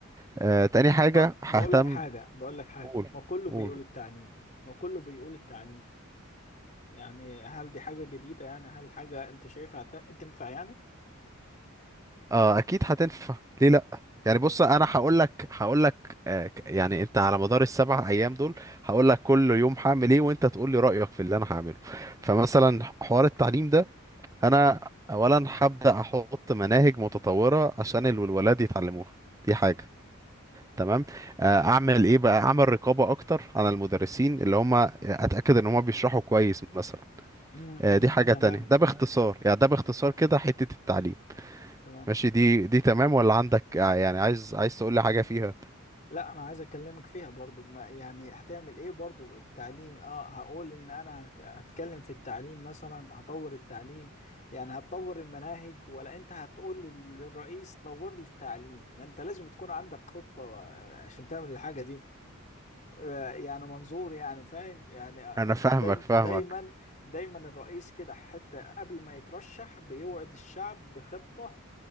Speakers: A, on the right; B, on the left.
A: آه، تاني حاجه
B: ما
A: ههتم
B: بقول لك حاجة بقول لك حاجة
A: قول
B: ما كله
A: قول
B: بيقول التعليم ما كله بيقول التعليم يعني هل دي حاجة جديدة يعني هل حاجة انت شايفها هت- تنفع يعني
A: اه اكيد هتنفع ليه لا يعني بص انا هقول لك هقول لك آه، ك- يعني انت على مدار السبع ايام دول هقول لك كل يوم هعمل ايه وانت تقول لي رايك في اللي انا هعمله فمثلا حوار التعليم ده انا اولا هبدا احط مناهج متطوره عشان ال- الولاد يتعلموها دي حاجه تمام آه، اعمل ايه بقى اعمل رقابه اكتر على المدرسين اللي هم اتاكد ان هم بيشرحوا كويس مثلا
B: امم
A: آه، دي حاجه
B: تمام
A: تانية ده باختصار يعني ده باختصار كده حته التعليم
B: تمام
A: ماشي دي دي تمام ولا عندك آه، يعني عايز عايز تقول لي حاجه فيها
B: لا انا عايز اكلمك فيها برضو ما يعني هتعمل ايه برضو التعليم اه هقول ان انا هك- هتكلم في التعليم مثلا هطور التعليم يعني هتطور المناهج ولا انت هتقول لل- للرئيس طور لي التعليم ما انت لازم تكون عندك خطة آه، عشان تعمل الحاجة دي آه، يعني منظور يعني فاهم يعني آه،
A: انا فاهمك
B: دايم
A: فاهمك
B: دايما دايما الرئيس كده حتى قبل ما يترشح بيوعد الشعب بخطة